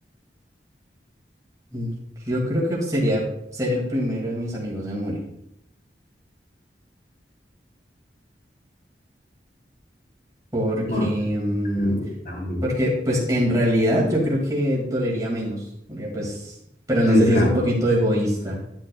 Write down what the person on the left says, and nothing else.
No, yo
creo que también.
Sí,
claro.